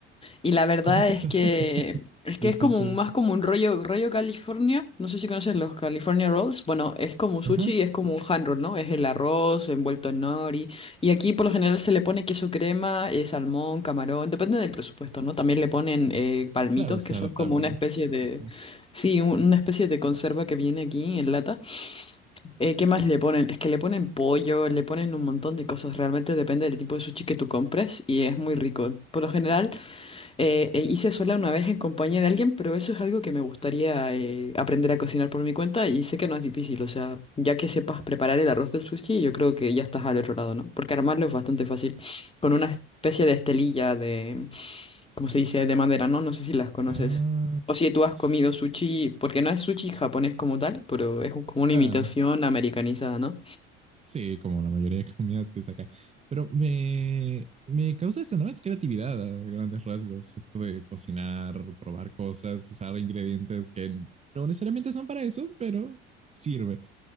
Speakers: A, on the left; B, on the right.
A: Y la verdad
B: ¿Cómo es eso?
A: es que
B: <laughs>
A: es que
B: Es
A: es como
B: sushi,
A: un-
B: ¿verdad?
A: más como un rollo, rollo California. No sé si conoces los California Rolls. Bueno, es como sushi
B: Ajá.
A: y es como un hand roll, ¿no? Es el arroz envuelto en nori. Y aquí por lo general se le pone queso crema, eh, salmón, camarón. Depende del presupuesto, ¿no? También le ponen eh, palmitos,
B: Claro, es
A: que
B: adaptable,
A: son como una
B: ¿no?
A: especie
B: La
A: de...
B: cocina es eso.
A: Sí, un- una especie de conserva que viene aquí en lata. Eh, ¿qué más le ponen? Es que le ponen pollo, le ponen un montón de cosas. Realmente depende del tipo de sushi que tú compres y es muy rico. Por lo general... Eh, eh, hice sola una vez en compañía de alguien, pero eso es algo que me gustaría eh, aprender a cocinar por mi cuenta y sé que no es difícil, o sea, ya que sepas preparar el arroz del sushi, yo creo que ya estás al otro lado, ¿no? Porque armarlo es bastante fácil, con una especie de estelilla de, ¿cómo se dice?, de madera, ¿no? No sé si las conoces.
B: Ah,
A: O si tú has
B: s-
A: comido sushi, porque no es sushi japonés como tal, pero es un- como una
B: claro.
A: imitación americanizada, ¿no?
B: Sí, como la mayoría de comidas que saca. Pero me, me causa eso, ¿no? Es creatividad a grandes rasgos. Esto de cocinar, probar cosas, usar ingredientes que no necesariamente son para eso, pero sirve.